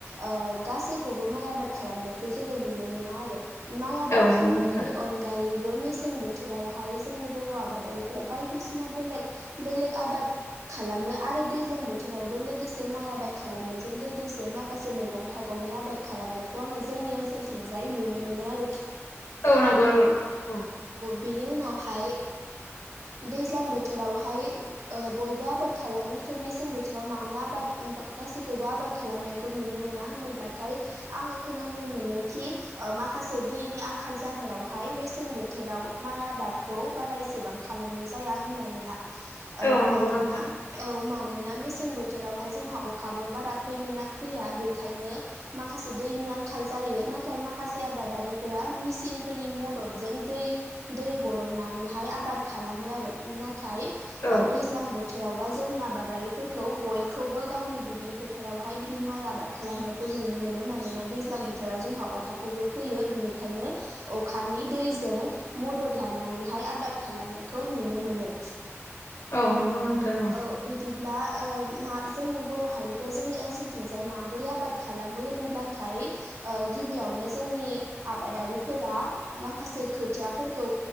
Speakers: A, on the right; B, on the left.
A: ओ गा सैखौबो माइ आबाद खालामनायखौ जोङो नुनो मोना आरो माइ आबाद
B: औ
A: खालामनायनि
B: नंगौ नोंथां
A: अनगायैबो मेसें बो बोथोरावहाय जोंनि बर' आबादारिफोरा बायदिसिना बेलेग बेलेग आबाद खालामो आरो- आरो दैज्लां बोथोरावबो लोगोसे माइ आबाद खालामनायजों लोगोसे माखासे मैगं थाइगंनि आबाद खालामनाय- - खौ आङो जोंनि ओनसोलथिंजाय नुनो मोनो आरो
B: औ नांगौ औ
A: बेनि उनावहाय दैज्लां बोथोरावहाय ओ बयबो आबाद खालामो मेसें बोथोराव मानो आबाद गासैखौबो आबाद खालामनायखौ नुनो मोना होनोब्लाथाय आबाद ओ खोनानो मोनो खि ओ माखा माखासे दैनि आंखाल जानायावहाय मेसें बोथोराव माइ आबादखौ बारा एसेबां खालामनाय जाया जाया होननानैहाओ
B: औ नंगौ
A: मानोना
B: नोंथां
A: औ मानोना मेसें बोथोर- बोथोरावहाय जोंहा अखाबो बारा फैनो फैया बेखायनो माखासे दैनि आंखाल जायो नाथाय माखासे बे आबादारिफोरा मेसिनफोरनि मददजों दै दै बरननानैहाय आबाद खालामो। बो आरो नाथाय ओ
B: औ
A: दैज्लां बोथोर फोथोरावबा जोंनि आबादारिफोरखौ बयखौबो गावनि दुब्लि फोथारावहाय बिदि माइ आबाद खालामनायखौ नुनो मोनो मानोना दैज्लां बोथोराव जोंहा अखाफोरबो फैयो बिनिखायनो अखानि दैजों मदद लानानैहाय आबाद खालामनायखौ नुनो मोनो
B: औ नंगौ नोंथां
A: औ बिदिब्ला ओ मा जोंनि बर' हारिखौ जोंनि ओनसोलथिंजाय माबोरै आबाद खालामो होनोब्लाथाय ओ गिबियाव माने जोंनि आबादारिफोरा माखासे खोथियाफोरखौ